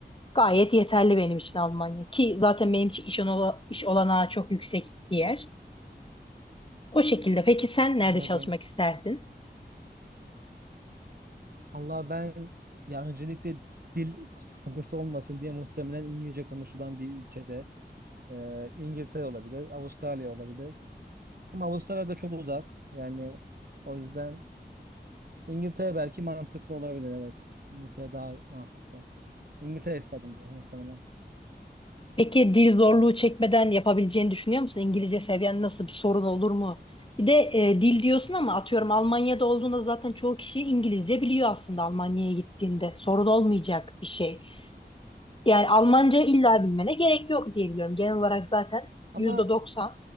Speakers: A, on the left (about 30°); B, on the right (about 60°).
A: Gayet yeterli benim için Almanya. Ki zaten benim için iş, ola- iş olanağı çok yüksek bir yer. O şekilde. Peki sen nerede
B: Anladım.
A: çalışmak isterdin?
B: Allah ben ya öncelikle dil sıkıntısı olmasın diye muhtemelen İngilizce konuşulan bir ülkede e, İngiltere olabilir, Avustralya olabilir. Ama Avustralya da çok uzak. Yani o yüzden İngiltere belki mantıklı olabilir evet. İngiltere daha mantıklı. İngiltere stadyumu muhtemelen.
A: Peki dil zorluğu çekmeden yapabileceğini düşünüyor musun? İngilizce seviyen nasıl bir sorun olur mu? Bir de e, dil diyorsun ama atıyorum Almanya'da olduğunda zaten çoğu kişi İngilizce biliyor aslında Almanya'ya gittiğinde. Sorun olmayacak bir şey. Yani Almanca illa bilmene gerek yok diye biliyorum. Genel olarak zaten
B: Ama
A: yüzde doksan